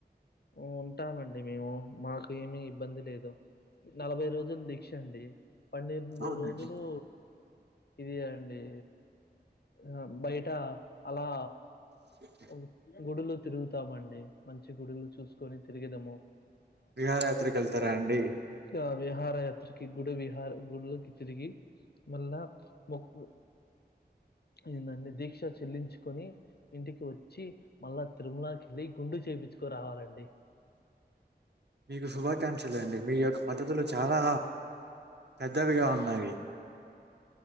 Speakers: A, on the left (about 65°); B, on the right (about 70°).
A: ఊ ఉంటామండి మేము మాకు ఏమి ఇబ్బంది లేదు నలభై రోజులు దీక్ష అండి పన్నెండు
B: అవునండి
A: రోజులు ఇది అండి ఇగ బయట అలా
B: చె
A: ఉ గుడులు తిరుగుతామండి మంచి గుడులు చూసుకొని తిరిగదము <unintelligible>
B: విహారయాత్రకి వెళ్తారా అండి
A: చెప్ప ఇగ విహార యాత్రకి గుడి విహార గుడులకి తిరిగి మళ్ళా మొక్కు ఏంటంటే దీక్ష చెల్లించుకొని ఇంటికి వచ్చి మళ్ళా తిరుమలకి వెళ్ళి గుండు చేయించుకోరావాలండి
B: మీకు శుభాకాంక్షలు అండి మీ యొక్క పద్ధతులు చాలా పెద్దవిగా ఉన్నాయి